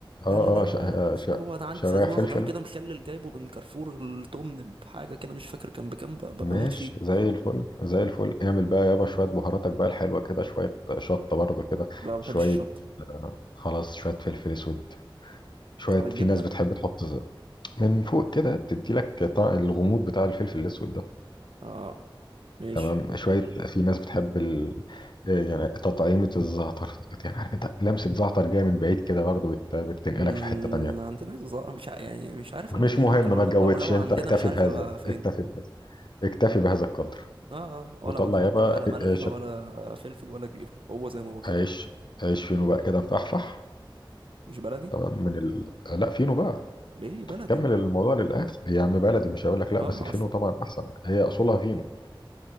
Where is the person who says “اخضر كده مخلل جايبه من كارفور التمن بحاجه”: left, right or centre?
Right